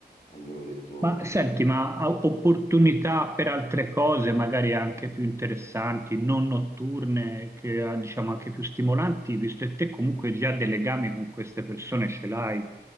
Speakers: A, on the left (about 45°); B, on the right (about 15°).
A: E abbiamo detto:
B: Ma senti, ma ha opportunità per altre cose, magari anche più interessanti, non notturne, che ah, diciamo anche più stimolanti, visto che te comunque già dei legami con queste persone ce l'hai,